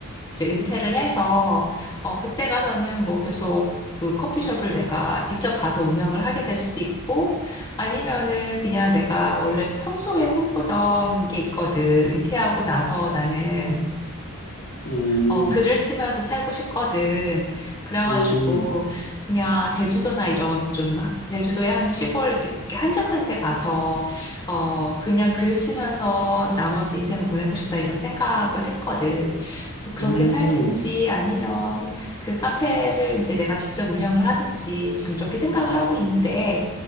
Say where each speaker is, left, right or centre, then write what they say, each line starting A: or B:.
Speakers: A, on the left (about 20°); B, on the left (about 55°).
A: 이제 은퇴를 해서 어 그때 가서는 뭐 계속 그 커피숍을 내가 직접 가서 운영을 하게 될 수도 있고 아니면은 그냥 내가 원래 평소에 꿈꾸던 게 있거든. 은퇴하고 나서 나는
B: 응,
A: 어, 글을 쓰면서 살고 싶거든. 그래가지고,
B: 응,
A: 그냥 제주도나 이런 좀, 하- 제주도의 한 시골 이렇게 한적한 데 가서, 어, 그냥 글 쓰면서 나머지 인생을 보내고 싶다 이런 생각을 했거든. 그래서 그렇게
B: 응,
A: 살든지 아니면 그 카페를 이제 내가 직접 운영을 하든지 지금 이렇게 생각을 하고 있는데,